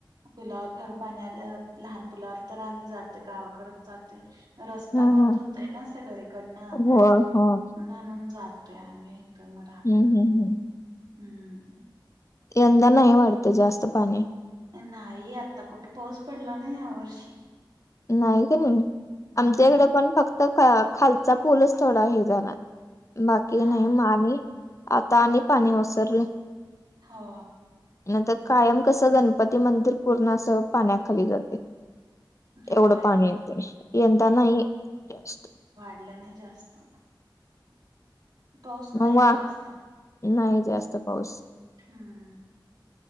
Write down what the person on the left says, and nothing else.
हा
हा
होय होय
हम्म
हम्म हम्म
यंदा नाही वाढतं जास्त पाणी.
नाही क नाही,
आमच्या इकडं पण फक्त ख खालचा पूलच थोडा हे झालाय. बाकी
नाही म आम्ही, आता आणि ओसरलं.
नाहीतर कायम कसं गणपती मंदिर पूर्ण असं पाण्याखाली जातय.
एवढं पाणी येतय, यंदा नाही जास्त.
मग वा
नाही जास्त पाऊस.